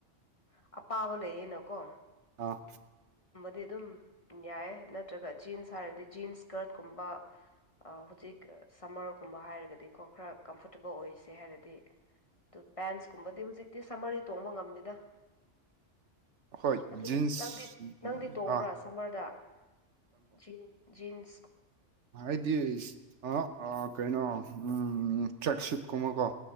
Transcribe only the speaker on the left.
ꯑ ꯑꯄꯥꯕ ꯂꯩꯌꯦꯅꯀꯣ
ꯗꯤ ꯑꯗꯨꯝ ꯌꯥꯏꯌꯦ ꯅꯠꯇ꯭ꯔꯒ ꯖꯤꯟꯁ ꯍꯥꯏꯔꯗꯤ ꯖꯤꯟꯁ ꯁ꯭ꯀꯔꯠꯀꯨꯝꯕ ꯑꯥ ꯍꯧꯖꯤꯛ ꯁꯝꯃꯔꯒꯨꯝꯕ ꯍꯥꯏꯔꯒꯗꯤꯀꯣ ꯈꯔ ꯀꯝꯐꯣꯔꯇꯦꯕꯜ ꯑꯣꯏꯁꯦ ꯍꯥꯏꯔꯗꯤ ꯑꯗꯨ ꯄꯦꯟꯁꯀꯨꯝꯕꯗꯤ ꯍꯧꯖꯤꯛꯇꯤ ꯁꯝꯃꯔꯗꯤ ꯇꯣꯡꯕ ꯉꯝꯗꯦꯗ
ꯑꯗꯨ
ꯅꯪꯗꯤ ꯅꯪꯗꯤ ꯇꯣꯡꯕ꯭ꯔꯥ
ꯁꯝꯃꯔꯗ ꯖꯤꯟ ꯖꯤꯟꯁ